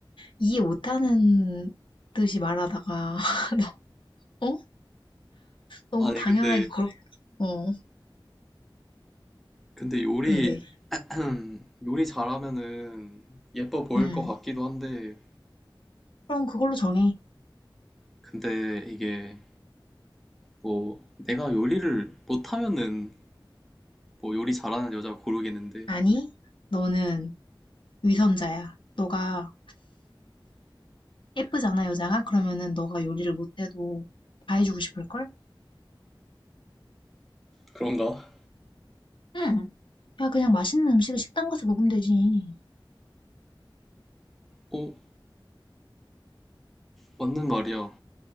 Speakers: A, on the left (about 70°); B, in the centre.
A: 이해 못하는 듯이 말하다가, <laughs> 너, 어? 너무
B: 아니,
A: 당연하게
B: 근데,
A: 그렇, 어,
B: 근데 요리,
A: 근데,
B: <clears throat> 요리 잘하면은 예뻐 보일
A: 음.
B: 것 같기도 한데,
A: 그럼 그걸로 정해.
B: 근데 이게 뭐 내가 요리를 못하면은 뭐 요리 잘하는 여자 고르겠는데,
A: 아니, 너는 위선자야. 너가 예쁘잖아, 여자가? 그러면은 너가 요리를 못해도 다 해주고 싶을걸?
B: 그런가?
A: 응, 야, 그냥 맛있는 음식을 식당 가서 먹으면 되지.
B: 어, 맞는 말이야.